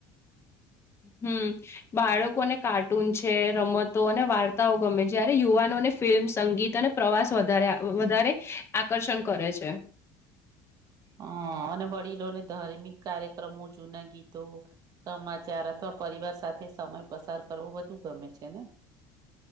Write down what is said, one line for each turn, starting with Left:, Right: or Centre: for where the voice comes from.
Left: હમ. બાળકોને કાર્ટૂન છે રમતો અને વાર્તાઓ ગમે જ્યારે યુવાનોને ફિલ્મ સંગીત અને પ્રવાસ વધારે વધારે આકર્ષણ કરે છે.
Right: હ અને વડીલોને ધાર્મિક કાર્યક્રમો જૂના ગીતો સમાચાર અથવા પરિવાર સાથે સમય પસાર કરવો બધું ગમે છે ને.